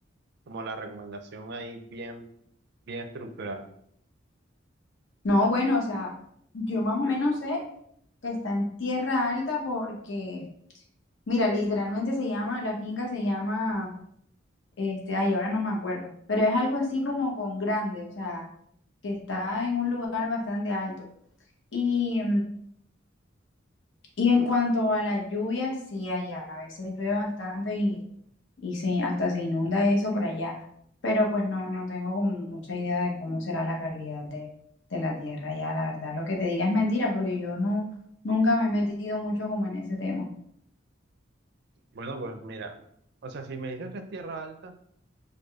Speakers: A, on the right; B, on the left.
A: como la recomendación ahí bien, bien estructurada.
B: No, bueno, o sea, yo más o menos sé que está en tierra alta porque, mira, literalmente se llama, la finca se llama, este, ay, ahora no me acuerdo, pero es algo así como con grande, o sea, que está en un lugar bastante alto. Y, y en cuanto a la lluvia, sí, allá a veces llueve bastante y se, hasta se inunda eso por allá. Pero pues no, no tengo como mucha idea de cómo será la calidad de, de la tierra allá. La verdad, lo que te diga es mentira porque yo no, nunca me he metido mucho como en ese tema.
A: Bueno, pues mira, o sea, si me dices que es tierra alta,